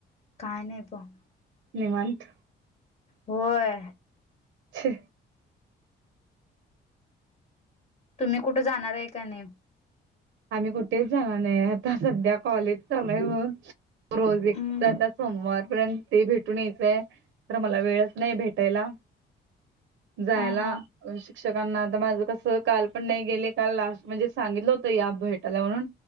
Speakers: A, on the left; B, on the right.
A: काय नाही पण.
B: निवांत.
A: होय.
B: हि
A: तुम्ही कुठे जाणार आहे का नाही
B: आम्ही कुठेच जाणार नाही आता सध्या कॉलेज चालू म्हणून रोज
A: हम्म
B: एक आता सोमवारपर्यंत ते भेटून यायचंय तर मला वेळच नाही भेटायला जायला
A: हा हा
B: शिक्षकांना आता माझं कसं काल पण नाही गेले काल लास्ट म्हणजे सांगितलं होत या भेटाला म्हणून